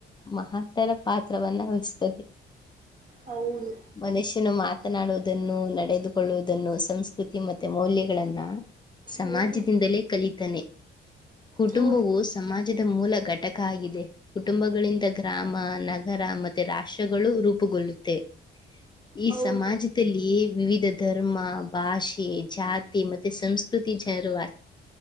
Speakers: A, on the left (about 20°); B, on the right (about 40°).
A: ಮಹತ್ತರ ಪಾತ್ರವನ್ನ ವಹಿಸ್ತದೆ
B: ಹೌದು
A: ಮನುಷ್ಯನು ಮಾತನಾಡುವುದನ್ನು ನಡೆದು ಕೊಳ್ಳುವುದನ್ನು ಸಂಸ್ಕತಿ ಮತ್ತೆ ಮೌಲ್ಯಗಳನ್ನ ಸಮಾಜ
B: ಹೌದು ರೀ
A: ಲೇ ಕಲಿತಾನೆ ಕುಟುಂಬವು
B: ಹೌದು
A: ಸಮಾ ರಾಜ್ಯದ ಮೂಲ ಘಟಕ ಆಗಿದೆ ಕುಟುಂಬಗಳಿಂದ ಗ್ರಾಮ, ನಗರ ಮತ್ತೆ ರಾಷ್ಟ್ರಗಳು ರೂಪುಗೊಳ್ಳುತ್ತೆ. ಈ
B: ಹೌದು
A: ಸಮಾಜದಲ್ಲಿ ವಿವಿಧ ಧರ್ಮ ಭಾಷೆ ಜಾತಿ ಮತ್ತೆ ಸಂಸ್ಕೃತಿ ಜರ